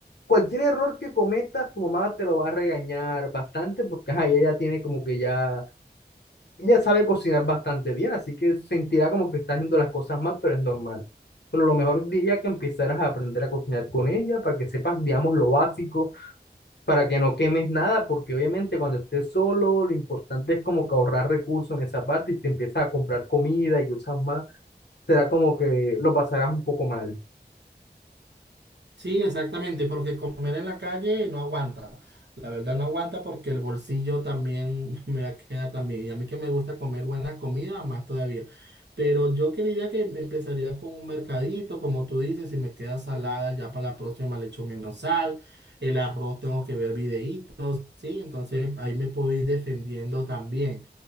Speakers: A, on the left; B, on the right.
A: cualquier error que cometas, tu mamá te lo va a regañar bastante porque ajá, ella ya tiene como que ya ella sabe cocinar bastante bien, así que sentirá como que está haciendo las cosas mal, pero es normal. Pero lo mejor diría que empezaras a aprender a cocinar con ella para que sepas, digamos, lo básico, para que no quemes nada, porque obviamente cuando estés solo, lo importante es como que ahorrar recursos en esa parte y si empiezas a comprar comida y usas más, será como que lo pasarás un poco mal.
B: Sí, exactamente, porque comer en la calle no aguanta. La verdad no aguanta porque el bolsillo también <laughs> me queda también. Y a mí que me gusta comer buena comida, más todavía. Pero yo creería que me empezaría con un mercadito, como tú dices, si me queda salada, ya para la próxima le echo menos sal. El arroz tengo que ver videitos, ¿sí? Entonces ahí me puedo ir defendiendo también.